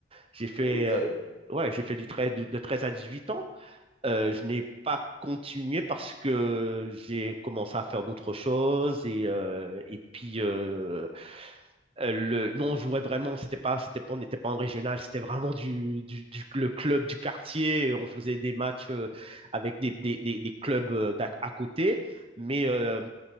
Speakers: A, on the right (about 30°); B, on the left (about 45°).
A: J'ai fait,
B: Ah oui, quel?
A: euh, ouais, j'ai fait du 13 de, de 13 à huit ans. Euh, je n'ai pas continué parce que j'ai commencé à faire d'autres choses. Et, euh, et puis, euh, euh, le, non, on jouait vraiment, c'était pas, c'était pas, on n'était pas en régional, c'était vraiment du, du, du- le club du quartier. On faisait des matchs euh, avec des, des, des, des clubs euh, d'à- à côté. Mais euh,